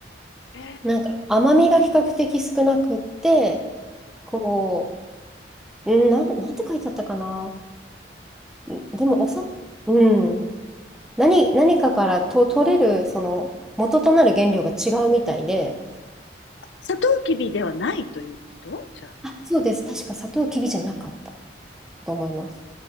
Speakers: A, on the left; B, in the centre.
A: へえ
B: なんか甘みが比較的少なくって、こう、うんなん、なんて書いてあったかな。んでも、お砂、うん。何、何かからと取れる、その、元となる原料が違うみたいで、
A: 砂糖きびではないということじゃあ。
B: あ、そうです。確か砂糖きびじゃなかったと思います。